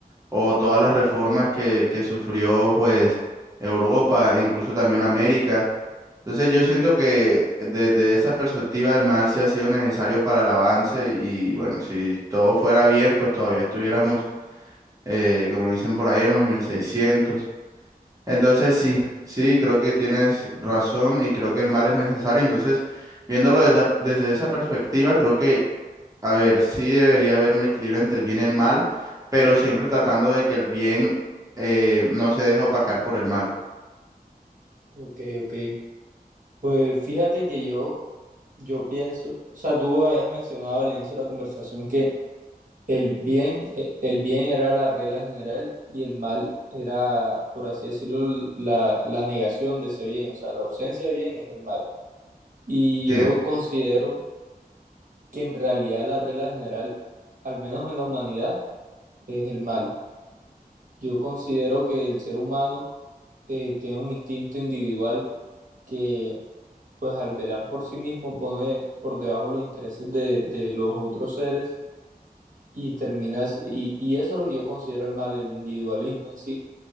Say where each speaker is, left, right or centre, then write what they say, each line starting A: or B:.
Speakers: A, on the right; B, on the right.
A: o todas las reformas que, que sufrió pues Europa, e incluso también América. Entonces yo siento que desde esa perspectiva el mal sí ha sido necesario para el avance y bueno, si todo fuera bien, pues todavía estuviéramos, eh, como dicen por ahí, en los mil seiscientos Entonces sí, sí, creo que tienes razón y creo que el mal es necesario. Entonces, viéndolo desde, desde esa perspectiva, creo que a ver, sí debería haber un equilibrio entre el bien y el mal, pero siempre tratando de que el bien eh, no se deje opacar por el mal.
B: Ok, ok. Pues fíjate que yo, yo pienso, o sea, tú habías mencionado al inicio de la conversación que el bien, eh, el bien era la regla general y el mal era, por así decirlo, la, la negación de ese bien, o sea, la ausencia de bien es el mal. Y
A: Sí.
B: yo considero que en realidad la regla general, al menos en la humanidad, es el mal. Yo considero que el ser humano eh, tiene un instinto individual que, pues al velar por sí mismo, pone por debajo los intereses de, de los otros seres y termina así- Y, y eso es lo que yo considero el mal, el individualismo en sí,